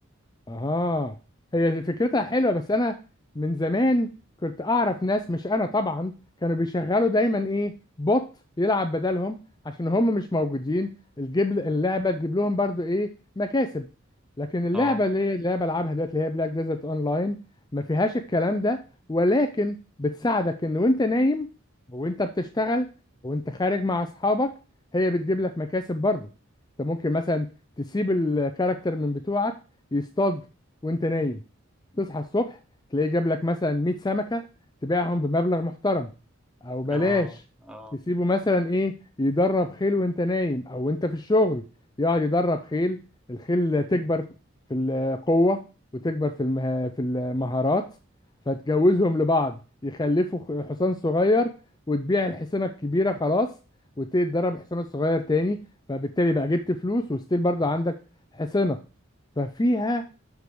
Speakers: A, on the left (about 20°); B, in the centre.
A: اها هي فكرتها حلوه بس انا من زمان كنت اعرف ناس مش انا طبعا كانوا بيشغلوا دايما ايه بوت يلعب بدلهم عشان هم مش موجودين الجيب اللعبه تجيب لهم برضو ايه مكاسب لكن اللعبه
B: اه
A: اللي هي اللي بلعبها دلوقتي اللي هي بلاك ديزرت لاين ما فيهاش الكلام ده ولكن بتساعدك ان وانت نايم وانت بتشتغل وانت خارج مع اصحابك هي بتجيب لك مكاسب برضو انت ممكن مثلا تسيب الكاركتر من بتوعك يصطاد وانت نايم تصحى الصبح تلاقيه جاب لك مثلا 100 سمكة تبيعهم بمبلغ محترم او بلاش
B: اه اه
A: تسيبه مثلا ايه يدرب خيل وانت نايم او انت في الشغل يقعد يدرب خيل الخيل تكبر في القوة وتكبر في المه... في المهارات فتجوزهم لبعض يخلفوا خ- حصان صغير وتبيع الحصانة الكبيرة خلاص وتبتدي تدرب الحصان الصغير تاني فبالتالي بقى جبت فلوس وستيل برضه عندك حصانة ففيها